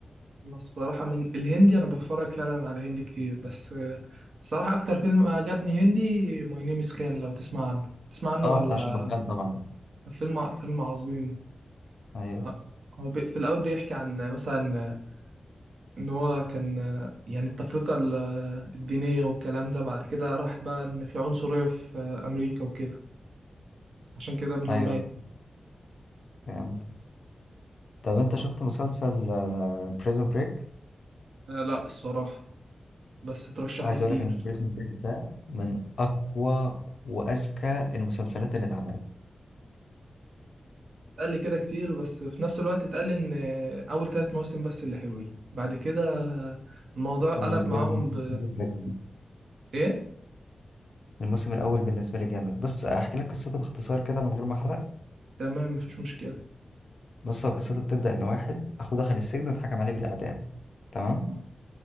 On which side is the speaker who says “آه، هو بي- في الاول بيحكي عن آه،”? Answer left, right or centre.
Right